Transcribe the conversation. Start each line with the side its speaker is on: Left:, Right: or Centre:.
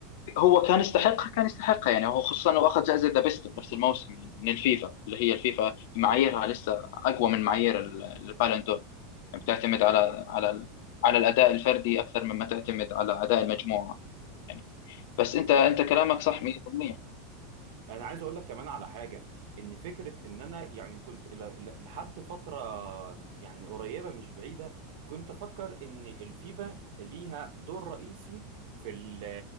Left: هو كان يستحقها كان يستحقها يعني هو خصوصا انه اخذ جائزه ذا بيست بنفس الموسم يعني من الفيفا اللي هي الفيفا معاييرها لسه اقوى من معايير ال- البالون دور يعني بتعتمد على
Right: صحيح
Left: على ال- على الاداء الفردي اكثر مما تعتمد على اداء المجموعه يعني
Right: صحيح
Left: بس انت
Right: جدا
Left: انت كلامك صح 100%
Right: انا عايز اقول لك كمان على حاجه ان فكره ان انا يعني كنت إلى- إلى- لحد فتره يعني قريبه مش بعيده كنت افكر ان الفيفا ليها دور رئيسي في ال